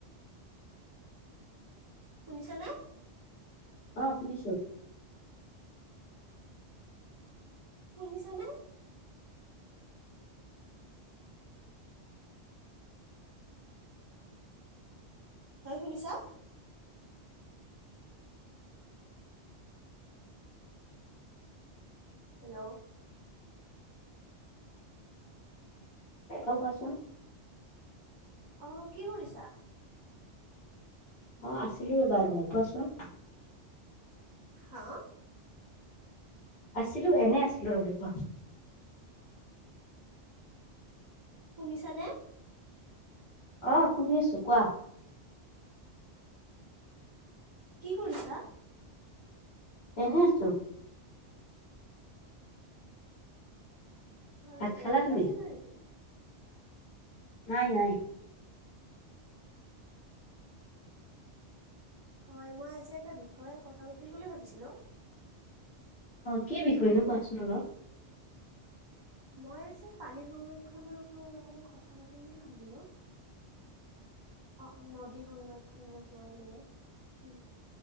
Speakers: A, on the right; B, on the left.
A: শুনিছা নে?
B: আহ শুনিছো।
A: শুনিছা নাই? হয় শুনিছা? হেল্ল'!
B: অ কোৱাচোন
A: আহ কি কৰিছা
B: অ আছিলো এইবাৰ এনেই কোৱাচোন
A: হা
B: আছিলো এনে আছিলো ৰাতিপুৱা
A: শুনিছা নে?
B: অ শুনি আছো। কোৱা
A: কি কৰিছা।
B: এনে আছো
A: হয়
B: ভাত
A: ব্যস্ত
B: খালা তুমি?
A: আছিলা নেকি?
B: নাই নাই।
A: হয় মই আজি এটা বিষয়ে কথা পাতিম বুলি ভাবিছিলো।
B: অ কি বিষয়েনো কোৱাচোন অলপ।
A: মই যে পানী সহুৰ এইানৰওপৰত অকমান কথা পা ম বুলি ভাবিলো অ নদী সংৰক্ষণৰ ওপৰত মানে। উম।